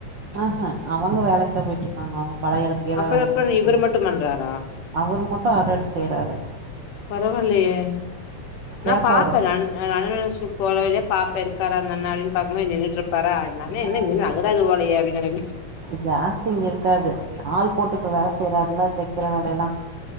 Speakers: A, on the right; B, on the left.
A: ஆஹ அவங்க வேலைக்கு தான் போயிட்டு இருக்காங்க அவங்க பழைய இடத்துக்கே
B: அப்புற
A: வேலைக்கு
B: அப்புற
A: போயிட்டு இருக்காங்க
B: இவரு மட்டு பண்றாரா
A: அவரு மட்டும் அர்டர் எடுத்து செய்றாரு
B: பரவாயில்லயே
A: கேப்பாரு
B: நான் பாப்பே நான் ந ரண போற வழியில பாப்ப இருக்காறா அந்த அண்ணே அடின்னு பாக்கும் போது நின்னுட்டு இருப்பாரா இந்த அண்ணன்
A: ஆ
B: என்ன இன்னும் <unintelligible> து போலய அப்படின்னு
A: ஜாஸ்தி இங்க இருக்காது ஆள் போட்டு இப்ப வேல செய்யறாருல்ல தைக்கிற வேலையெல்லாம்